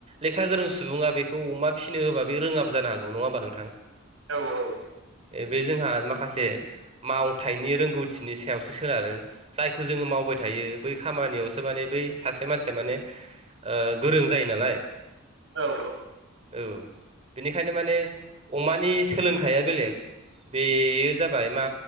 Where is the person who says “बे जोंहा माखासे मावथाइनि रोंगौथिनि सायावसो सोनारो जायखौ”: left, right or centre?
Right